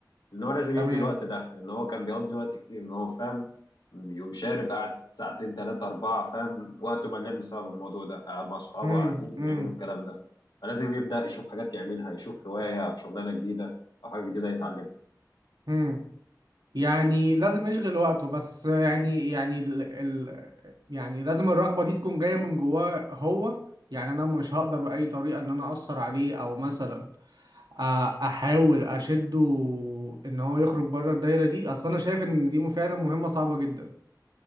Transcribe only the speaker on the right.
تمام
امم
امم
امم يعني لازم يشغل وقته بس يعني يعني ال... ال... يعني لازم الرغبة دي تكون جاية من جواه هو يعني انا مش هقدر بأي طريقة ان انا اثر عليه او مثلا أ- احاول اشده ان هو يخرج بره الدايرة دي اصل انا شايف ان دي فعلا مهمة صعبة جدا